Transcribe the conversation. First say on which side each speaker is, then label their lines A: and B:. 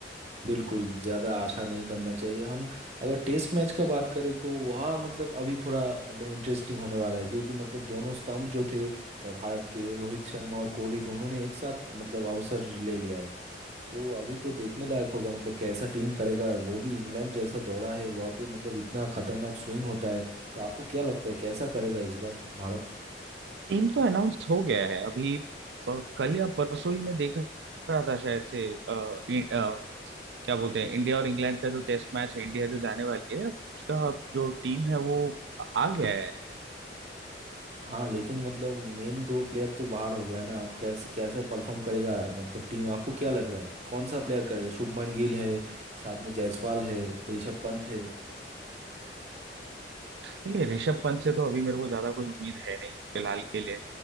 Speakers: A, on the right; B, on the right.
A: बिल्कुल ज़्यादा आशा नहीं करना चाहिए हम अगर टेस्ट मैच का बात करें तो वह मतलब अभी थोड़ा मतलब इंटरेस्टिंग होने वाला है क्योंकि मतलब दोनों स्तंभ जो थे अ, भारत के रोहित शर्मा और कोहली दोनों ने एक साथ मतलब अवसर ले लिया है तो अभी तो देखने लायक होगा मतलब कैसा टीम करेगा वो भी इंग्लैंड जैसा दौड़ा है वहाँ पे मतलब इतना खतरनाक स्विंग होता है तो आपको क्या लगता है कैसा करेगा इस बार भारत
B: टीम तो अनाउंस हो गया है अभी प- कल या परसों ही मैं देख रहा था शायद से क्या बोलते हैं इंडिया और इंग्लैंड का जो टेस्ट मैच है इंडिया जो जाने वाली है उसका जो टीम है वो आ गया है
A: हाँ लेकिन मतलब मेन दो प्लेयर तो बाहर हो गया ना आप कैसे कैसे परफॉर्म करेगा मतलब टीम आपको क्या लग रहा है कौन सा प्लेयर करेगा शुभमन गिल है साथ में जायसवाल है ऋषभ पंत है
B: नहीं, ऋषभ पंत से तो अभी मेरे को ज्यादा कोई उम्मीद है नहीं फिलहाल के लिए